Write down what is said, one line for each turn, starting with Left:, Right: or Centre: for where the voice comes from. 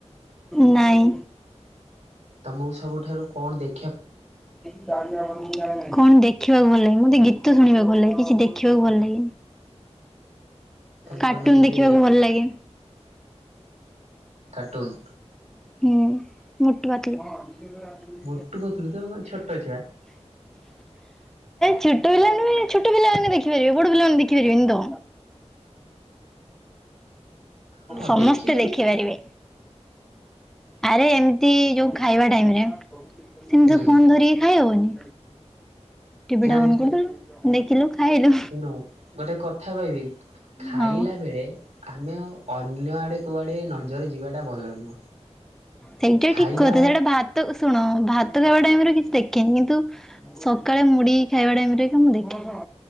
Centre: ନାଇଁ।
Right: ତମକୁ ସବୁଠାରୁ କଣ ଦେ
Centre: ତାା ବ କଣ ଦେଖିବାକୁ ଭଲଲାଗେ, ମତେ ଗୀତ ଶୁଣିବାକୁ ଭଲ ଲାଗେ କିଛି ଦେଖିବାକୁ ଭଲଲାଗନି।
Right: ତାହେଲେ
Centre: କାର୍ଟୁନ
Right: ତମେ ଟିକେ
Centre: ଦେଖିବାକୁ ଭଲଲାଗେ।
Right: କାଟୁନ୍?
Centre: ହୁଁ ମୋଟୁ ପତଲୁ। ଏ ଛୋ
Right: ମୋଟୁ ପତଲୁ ତମେ କଣ ଛୋଟ ଛୁଆ
Centre: ଛୋଟ ପିଲା ବି ଛୋଟ ପିଲାମାନେ ଦେଖିପାରିବେ ବଡ ପିଲାମାନେ ଦେଖିପାରିବେନି ତ।
Right: ହଁ
Centre: ସମସ୍ତେ
Right: ଦେଖିପାରିବ
Centre: ଦେଖିପାରିବେ।
Right: ତ
Centre: ଆରେ ଏମିତି ଯୋଉ ଖାଇବା ଟାଇମରେ ସେମିତ୍
Right: ହୁଁ
Centre: ତ ଫୋନ ଧରିକି ଖାଇହବନି ଟିଭିଟା
Right: ନାଇଁ
Centre: ଅନ୍ କରିଦେଲୁ ଦେଖିଲୁ ଖାଇଲୁ
Right: ଶୁଣ ଗୋଟେ କଥା କହିବି ଖାଇଲା
Centre: ହଁ।
Right: ବେଳେ ଆମେ ଅ ଅନ୍ୟ ଆଡେ କୁଆଡେ ନଜର ଯିବାଟା ଭଲ ନୁହଁ।
Centre: ସେଇଟା
Right: ଖାଇଲା
Centre: ଠିକ୍ କଥା ସେଟା ଭାତ ଉସ୍ ଶୁଣ ଭାତ ଖାଇବା ଟାଇମରେ କିଛି ଦେଖେନି କିନ୍ତୁ ସକାଳେ ମୁଢ ଖାଇବା ଟାଇମ ରେ ମୁଁ ଦେଖେ